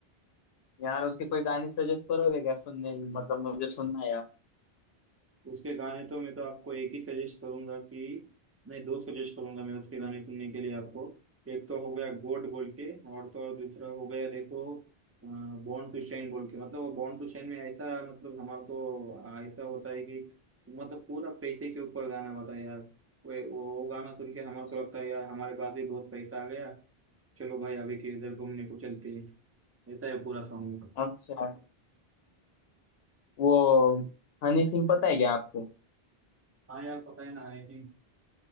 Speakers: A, on the left; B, on the right.
A: यार उसके कोई गाने सजेस्ट करोगे क्या सुनने की? मतलब मुझे सुनना है यार
B: उसके गाने तो मैं तो आपको एक ही सजेस्ट करूंगा कि नहीं दो सजेस्ट करूंगा मैं उसके गाने सुनने के लिए आपको एक तो हो गया गोड बोल के और तो और दूसरा हो गया देखो बॉर्न टू शाइन बोल के मतलब वो बॉर्न टू शाइन में ऐसा मतलब हमारे को आ, ऐसा होता है कि मतलब पूरा पैसे के ऊपर गाना होता है यार वो वो वो गाना सुन के हमारे
A: अच्छा
B: को लगता है यार हमारे पास भी बहुत पैसा आ गया चलो भाई अभी के इधर घूमने को चलते हैं ऐसा है पूरा सॉन्ग में
A: अच्छा वो हनी सिंह पता है क्या आपको
B: हाँ यार पता है ना है कि